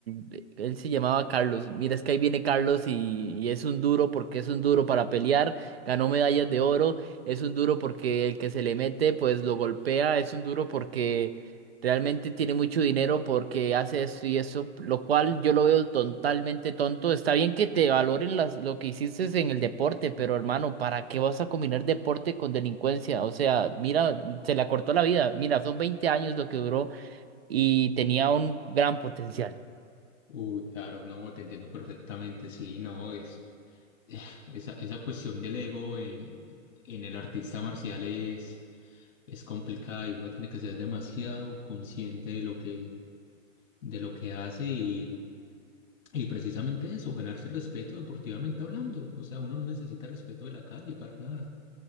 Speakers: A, on the right; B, on the left.
A: el- él se llamaba Carlos, mira, es que ahí viene Carlos y, y es un duro porque es un duro para pelear, ganó medallas de oro, es un duro porque el que se le mete, pues lo golpea, es un duro porque Realmente tiene mucho dinero porque hace esto y eso, lo cual yo lo veo totalmente tonto. Está bien que te valoren las, lo que hiciste en el deporte, pero hermano, ¿para qué vas a combinar deporte con delincuencia? O sea, mira, se le acortó la vida. Mira, son 20 años lo que duró y tenía un gran potencial.
B: Uy, claro, no, te entiendo perfectamente, sí, no, es... eh, Esa, esa cuestión del ego en, en el artista marcial es, es complicada y uno tiene que ser demasiado consciente de lo que, de lo que hace y, y precisamente eso, ganarse respeto deportivamente hablando. O sea, uno no necesita respeto de la calle para nada.